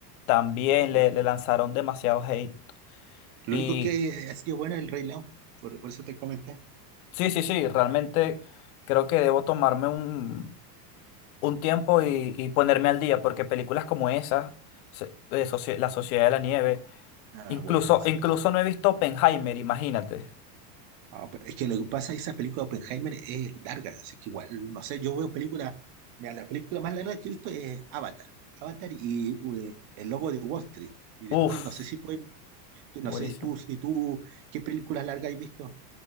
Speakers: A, on the left (about 60°); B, on the right (about 45°).
A: también
B: Oito.
A: le, le lanzaron demasiado hate.
B: Lo
A: Y
B: único que ha sido buena es el Rey León, por, por eso te comenté.
A: sí, sí, sí, realmente creo que debo tomarme un, un tiempo y, y ponerme al día, porque películas como esas, se- eh, Socie- La Sociedad de la Nieve,
B: Ah,
A: incluso,
B: buena esa.
A: incluso no he visto Oppenheimer, imagínate.
B: Ah, pero es que lo que pasa es que esa película de Oppenheimer es larga, así que igual, no sé, yo veo películas, mira, la película más larga que he visto es Avatar, Avatar y eh, El Lobo de Wall Street. Y después,
A: Uf,
B: no sé si tú, tú- no
A: buenísimo.
B: sé, tú, si tú, ¿qué películas largas has visto?